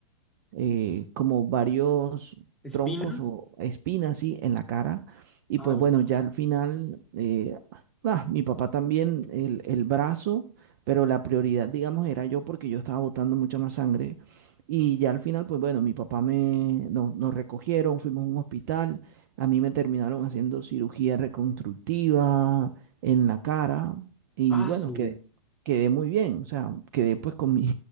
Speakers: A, on the right; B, in the centre.
A: eh, como varios
B: espinas.
A: troncos o espinas, sí, en la cara. Y
B: Ouch.
A: pues bueno, ya al final, eh, ah, mi papá también, el, el brazo, pero la prioridad, digamos, era yo porque yo estaba botando mucha más sangre. Y ya al final, pues bueno, mi papá me, nos, nos recogieron, fuimos a un hospital, a mí me terminaron haciendo cirugía reconstructiva en la cara y
B: Ah,
A: bueno,
B: su.
A: quedé, quedé muy bien, o sea, quedé pues con mi,